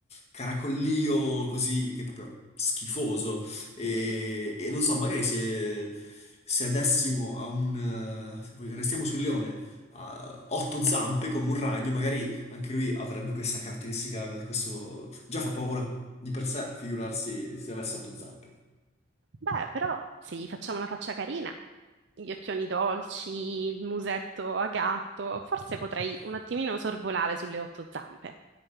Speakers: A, on the left; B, on the right.
A: caracollio così, che è proprio schifoso, e,
B: Mm, mm, mm.
A: e non so, magari se... Se adessimo a un... eh, se vogliamo- restiamo sul leone, a otto zampe come un ragno, magari anche lui avrebbe questa caratteristica, questo... Già fa paura di per sé, figurarsi se avesse otto zampe.
B: Beh, però se gli facciamo una faccia carina, gli occhioni dolci, il musetto a gatto, forse potrei un attimino sorvolare sulle otto zampe.